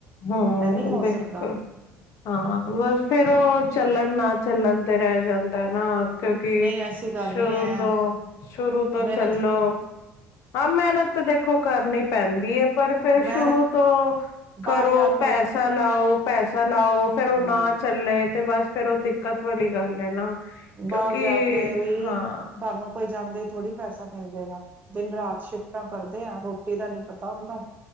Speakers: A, on the left; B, on the right.
A: ਹੂੰ,
B: ਇਹ ਨਹੀਂ ਹੋ
A: ਬਿਲਕੁਲ
B: ਸਕਦਾ
A: ਹਾਂ ਬਸ ਫੇਰ ਉਹ ਚੱਲਣ ਨਾ ਚੱਲਣ ਤੇ ਰਹਿ ਜਾਂਦਾ ਨਾ। ਕਿਉਂਕਿ
B: ਨਹੀਂ ਐਸੀ ਗੱਲ
A: ਸ਼ੁਰੂ
B: ਨਹੀਂ ਹੈ
A: ਤੋਂ ਸ਼ੁਰੂ ਤੋਂ
B: ਮਿਹਨਤ
A: ਚੱਲੋ ਹਾਂ, ਮਿਹਨਤ ਤੇ ਦੇਖੋ ਕਰਨੀ ਪੈਂਦੀ ਪਰ ਫੇਰ
B: ਮਿਹਨਤ
A: ਸ਼ੁਰੂ ਤੋਂ
B: ਬਾਹਰ
A: ਕਰੋ
B: ਜਾ ਕੇ
A: ਪੈਸਾ ਲਾਉ ਪੈਸਾ ਲਾਉ ਫੇਰ
B: ਹਮ
A: ਉਹ ਨਾ ਚੱਲੇ ਤੇ ਬਸ ਫੇਰ ਉਹ ਦਿੱਕਤ ਵਾਲੀ ਗੱਲ ਹੈ ਨਾ।
B: ਬਾਹਰ
A: ਕਿਉਂਕਿ
B: ਜਾ ਕੇ ਵੀ
A: ਹਾਂ
B: ਤੁਹਾਨੂੰ ਕੋਈ ਜਾਂਦੇ ਥੋੜ੍ਹੀ ਪੈਸਾ ਮਿਲ ਜਾਏਗਾ, ਦਿਨ ਰਾਤ ਸ਼ਿਫਟਾਂ ਕਰਦੇ ਆ ਰੋਟੀ ਦਾ ਨੀ ਪਤਾ ਹੁੰਦਾ।